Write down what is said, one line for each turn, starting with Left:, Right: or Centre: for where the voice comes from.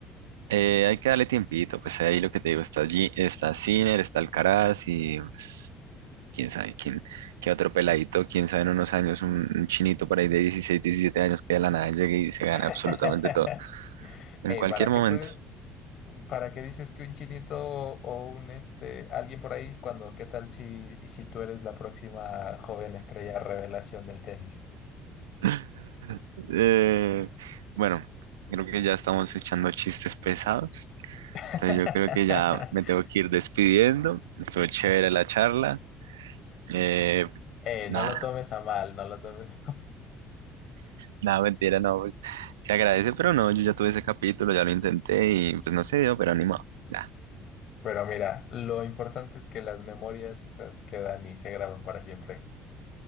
Right: Eh, hay que darle tiempito, pues ahí lo que te digo, está allí, está Sinner, está Alcaraz y pues, quién sabe quién, qué otro peladito, quién sabe en unos años un, un chinito por ahí de 16, 17 años que de la nada llegue y se gane
Left: <laughs>
Right: absolutamente todo, en
Left: Eh,
Right: cualquier
Left: ¿para qué
Right: momento.
Left: puedes, para qué dices que un chinito o un este alguien por ahí cuando qué tal si, si tú eres la próxima joven estrella revelación del tenis?
Right: <laughs> Eh, bueno, creo que ya estamos echando chistes pesados,
Left: <laughs>
Right: entonces yo creo que ya me tengo que ir despidiendo, estuvo chévere la charla, eh,
Left: Eh,
Right: nada,
Left: no lo tomes a mal, no lo tomes.
Right: Nada, mentira, no, pues se agradece, pero no, yo ya tuve ese capítulo, ya lo intenté y pues no se dio, pero animado. nada
Left: Pero mira, lo importante es que las memorias esas quedan y se graban para siempre.